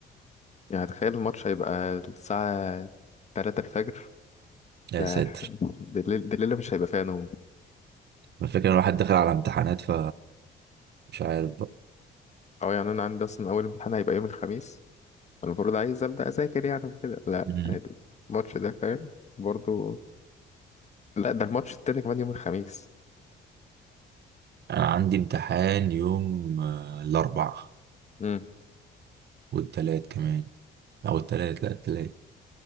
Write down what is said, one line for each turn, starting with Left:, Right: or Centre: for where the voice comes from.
Left: يعني تخيل الماتش هيبقى الساعة 3 الفجر
Right: يا
Left: ده
Right: ساتر
Left: <laughs> ده الليل- ده الليلة مش هيبقى فيها نوم
Right: الفكره ان الواحد داخل على امتحانات ف مش عارف بقى
Left: اه يعني انا عندي اصلا اول امتحان هيبقى يوم الخميس المفروض عايز ابدا اذاكر يعني وكده لا
Right: مم.
Left: الماتش ده فاهم برضو لا ده الماتش التاني كمان يوم الخميس
Right: انا عندي امتحان يوم آه، الاربع
Left: امم
Right: والتلات كمان او التلات لا التلات